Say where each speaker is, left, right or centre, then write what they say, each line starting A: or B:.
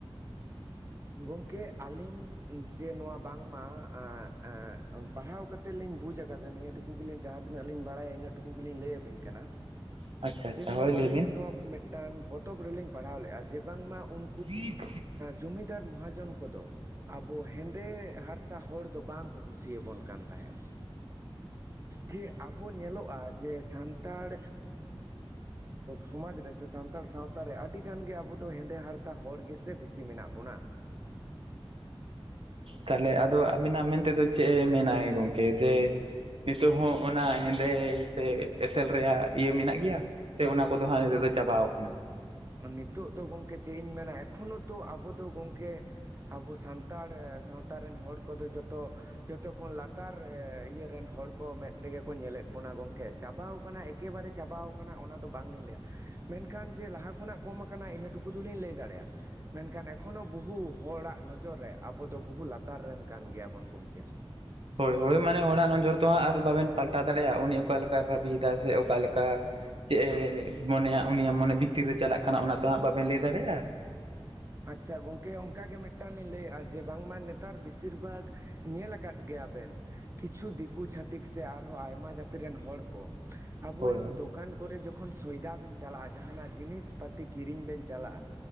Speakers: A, on the right (about 30°); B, on the right (about 70°).
A: ᱜᱚᱝᱠᱮ ᱟᱞᱤᱧ ᱡᱮ ᱱᱚᱣᱟ ᱵᱟᱝᱢᱟ ᱟᱸᱜ ᱮᱸᱜ ᱯᱟᱲᱦᱟᱣ ᱠᱟᱛᱮᱫ ᱠᱟᱛᱮᱫ ᱞᱤᱧ ᱵᱩᱡ ᱟᱠᱟᱫᱟ ᱱᱤᱭᱟᱹ ᱴᱩᱠᱩ ᱜᱮᱞᱤᱧ ᱡᱟᱦᱟᱸ ᱛᱤᱱᱟᱹᱜ ᱞᱤᱧ ᱵᱟᱲᱟᱭᱟ ᱤᱱᱟᱹᱜ ᱴᱩᱠᱩ ᱜᱮᱞᱤᱧ ᱞᱟᱹᱭᱟ ᱵᱤᱱ ᱠᱟᱱᱟ
B: ᱟᱪᱪᱷᱟ
A: ᱡᱮᱢᱟ
B: ᱟᱪᱪᱷᱟ ᱦᱳᱭ ᱞᱟᱹᱭ
A: ᱟᱞᱤᱧ
B: ᱵᱤᱱ
A: ᱱᱚᱣᱟ ᱢᱤᱫᱴᱟᱝ ᱯᱚᱛᱚᱵ ᱨᱮᱞᱤᱧ ᱯᱟᱲᱦᱟᱣ ᱞᱮᱜᱼᱟ ᱡᱮ ᱵᱟᱝᱢᱟ ᱩᱱ
B: <unintelligible>
A: ᱡᱩᱢᱤᱫᱟᱨ ᱢᱚᱦᱟᱡᱚᱱ ᱠᱚᱫᱚ, ᱟᱵᱚ ᱦᱮᱸᱫᱮ ᱦᱟᱨᱛᱟ ᱦᱚᱲ ᱫᱚ ᱵᱟᱝᱠᱚ ᱠᱩᱥᱤᱭᱟᱵᱚᱱ ᱠᱟᱱ ᱛᱟᱦᱮᱸᱫ᱾ ᱡᱮ ᱟᱵᱚ ᱧᱮᱞᱚᱜᱼᱟ ᱡᱮ ᱥᱟᱱᱛᱟᱲ ᱥᱚᱢᱟᱡᱽ ᱨᱮᱥᱮ ᱥᱟᱱᱛᱟᱲ ᱥᱟᱶᱛᱟ ᱨᱮ ᱟᱹᱰᱤ ᱜᱟᱱ ᱜᱮ ᱟᱵᱚ ᱫᱚ ᱦᱮᱸᱫᱮ ᱦᱟᱨᱛᱟ ᱦᱚᱲ ᱜᱮ, ᱥᱮ ᱵᱮᱥᱤ ᱢᱮᱱᱟᱜ ᱵᱚᱱᱟ᱾
B: ᱛᱟᱦᱞᱮ ᱟᱫᱚ ᱟᱵᱤᱱᱟᱜ ᱢᱮᱱ ᱛᱮᱫᱚ ᱪᱮᱫ ᱮ ᱢᱮᱱᱟᱭ ᱜᱚᱢᱠᱮ ᱡᱮ, ᱱᱤᱛᱚᱜ ᱦᱚᱸ ᱚᱱᱟ ᱦᱮᱸᱫᱮ ᱥᱮ ᱮᱥᱮᱞ ᱨᱮᱭᱟᱜ ᱤᱭᱟᱹ ᱢᱮᱱᱟᱜ ᱜᱮᱭᱟ᱾ ᱥᱮ ᱚᱱᱟ ᱠᱚᱫᱚ ᱦᱟᱜ ᱱᱤᱛᱚᱜ ᱫᱚ ᱪᱟᱵᱟ ᱟᱠᱟᱱᱟ᱾
A: ᱱᱤᱛᱚᱜ ᱫᱚ ᱜᱚᱝᱠᱮ ᱪᱮᱫ ᱤᱧ ᱢᱮᱱᱟ ᱮᱠᱷᱚᱱᱳ ᱛᱚ ᱟᱵᱚ ᱫᱚ ᱜᱚᱝᱠᱮ ᱟᱵᱚ ᱥᱟᱱᱛᱟᱲ ᱥᱟᱶᱛᱟ ᱨᱮᱱ ᱦᱚᱲ ᱠᱚᱫᱚ ᱡᱚᱛᱚ ᱡᱚᱛᱚ ᱠᱷᱚᱱ ᱞᱟᱛᱟᱨ ᱤᱭᱟᱹ ᱨᱮᱱ ᱦᱚᱲ ᱠᱚ ᱢᱮᱸᱫ ᱛᱮᱜᱮ ᱠᱚ ᱧᱮᱞᱮᱫ ᱵᱚᱱᱟ ᱜᱚᱢᱠᱮ ᱪᱟᱵᱟᱣ ᱠᱟᱱᱟ ᱮᱠ ᱮᱠᱮᱵᱟᱨᱮ ᱪᱟᱵᱟᱣ ᱠᱟᱱᱟ ᱚᱱᱟ ᱫᱚ ᱵᱟᱝᱞᱤᱧ ᱞᱟᱹᱭᱟ ᱢᱮᱱᱠᱷᱟᱱ ᱡᱮ ᱞᱟᱦᱟ ᱠᱷᱚᱱᱟᱜ ᱠᱚᱢ ᱟᱠᱟᱱᱟ ᱤᱱᱟᱹ ᱴᱩᱠᱩ ᱫᱚᱞᱤᱧ ᱞᱟᱹᱭ ᱫᱟᱲᱮᱭᱟᱜ-ᱟ᱾ ᱢᱮᱱᱠᱷᱟᱱ ᱮᱠᱷᱚᱱᱚ ᱵᱩᱦᱩ ᱦᱚᱲᱟᱜ ᱱᱚᱡᱚᱨ ᱨᱮ ᱟᱵᱚ ᱫᱚ ᱵᱩᱦᱩ ᱞᱟᱛᱟᱨ ᱨᱮᱱ ᱠᱟᱱ ᱜᱮᱭᱟᱵᱚᱱ ᱜᱚᱝᱠᱮ᱾
B: ᱦᱳᱭ ᱦᱳᱭ ᱢᱟᱱᱮ ᱦᱚᱲᱟᱜ ᱱᱚᱡᱚᱨ ᱛᱚ ᱦᱟᱜ ᱟᱨ ᱵᱟᱵᱮᱱ ᱯᱟᱞᱴᱟᱣ ᱫᱟᱲᱮᱭᱟᱜ-ᱟ ᱩᱱᱤ ᱚᱠᱟ ᱞᱮᱠᱟᱭ ᱵᱷᱟᱹᱵᱤᱭᱮᱫᱟ ᱥᱮ ᱚᱠᱟ ᱞᱮᱠᱟ ᱪᱮᱫ ᱮᱻ ᱢᱚᱱᱮᱭᱟ ᱩᱱᱤᱭᱟᱜ ᱢᱚᱱᱮ ᱵᱷᱤᱛᱤᱨ ᱨᱮ ᱪᱟᱞᱟᱜ ᱠᱟᱱᱟ ᱚᱱᱟ ᱛᱚ ᱦᱟᱸᱜ ᱵᱟᱵᱮᱱ ᱞᱟᱹᱭ ᱫᱟᱲᱮᱭᱟᱜ-ᱟ᱾
A: ᱟᱪᱪᱷᱟ ᱜᱚᱝᱠᱮ ᱚᱱᱠᱟ ᱜᱮ ᱢᱤᱫ ᱢᱤᱫᱴᱟᱝ ᱞᱤᱧ ᱞᱟᱹᱭᱮᱫ-ᱟ ᱡᱮ ᱵᱟᱝᱢᱟ ᱱᱮᱛᱟᱨ ᱵᱮᱥᱤᱨ ᱵᱷᱟᱜᱽ ᱧᱮᱞ ᱟᱠᱟᱫ ᱜᱮᱭᱟ ᱵᱮᱱ ᱠᱤᱪᱷᱩ ᱫᱤᱠᱩ ᱪᱷᱟᱹᱛᱤᱠ ᱥᱮ ᱟᱨᱦᱚᱸ ᱟᱭᱢᱟ ᱡᱟᱹᱛᱤ ᱨᱮᱱ ᱦᱚᱲ ᱠᱚ ᱟᱵᱚ
B: ᱦᱳᱭ
A: ᱨᱮᱱ
B: ᱦᱳᱭ
A: ᱫᱚᱠᱟᱱ ᱠᱚᱨᱮ ᱡᱚᱠᱷᱚᱱ ᱥᱚᱭᱫᱟ ᱵᱤᱱ ᱪᱟᱞᱟᱜ-ᱟ ᱡᱟᱦᱟᱱᱟᱜ ᱡᱤᱱᱤᱥ ᱯᱟᱹᱛᱤ ᱠᱤᱨᱤᱧ ᱵᱮᱱ ᱪᱟᱞᱟᱜ-ᱟ